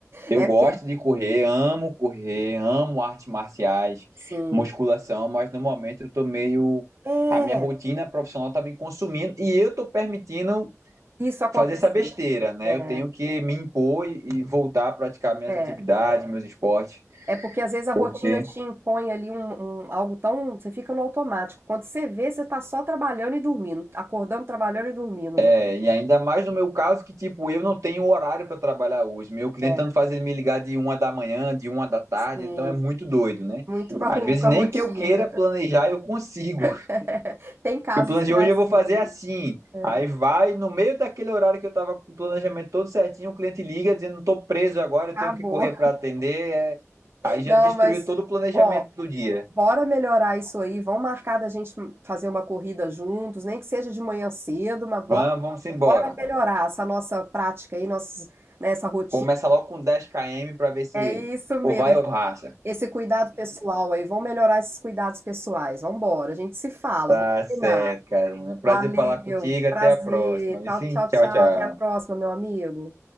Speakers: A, on the right; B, on the right.
A: Eu
B: É
A: gosto
B: porque,
A: de correr, amo correr, amo artes marciais,
B: sim,
A: musculação, mas no momento eu tô meio.
B: é
A: A minha rotina profissional tá me consumindo e eu tô permitindo
B: isso acontecer.
A: fazer essa besteira, né?
B: É,
A: Eu tenho que me impor e, e voltar a praticar minhas
B: é.
A: atividades, meus esportes.
B: É porque às vezes a rotina
A: Porque,
B: te impõe ali um, um- algo tão. Você fica no automático. Quando você vê, você tá só trabalhando e dormindo, acordando, trabalhando e dormindo,
A: é,
B: né?
A: e ainda mais no meu caso, que tipo, eu não tenho horário para trabalhar hoje. Meu cliente
B: É,
A: tanto faz ele me ligar de uma da manhã, de uma da tarde,
B: sim.
A: então é muito doido, né?
B: Muito <laughs> maluca
A: Às vezes nem
B: a rotina.
A: que eu queira planejar, eu consigo.
B: <laughs> Tem casos
A: Eu planejei
B: que é
A: hoje,
B: assim.
A: eu vou fazer assim.
B: É,
A: Aí vai, no meio daquele horário que eu tava com o planejamento todo certinho, o cliente liga dizendo, tô preso agora, eu
B: acabou.
A: tenho que correr para atender. é. Aí já
B: Não,
A: destruiu
B: mas,
A: todo o planejamento
B: ó,
A: do dia.
B: bora melhorar isso aí. Vamos marcar da gente fazer uma corrida juntos, nem que seja de manhã cedo, mas
A: Vamos,
B: bora,
A: vamos embora.
B: bora melhorar essa nossa prática aí, nossos, né, essa rotina.
A: Começa logo com dez km para ver se
B: É isso mesmo.
A: ou vai ou racha.
B: Esse cuidado pessoal aí, vamos melhorar esses cuidados pessoais. Vamos embora, a gente se fala,
A: Tá
B: vamos combinar.
A: certo, Karina. Prazer
B: Valeu,
A: falar contigo. Até
B: prazer.
A: a próxima. Viu
B: Tchau,
A: Sim,
B: tchau,
A: tchau,
B: tchau.
A: tchau.
B: Até a próxima, meu amigo.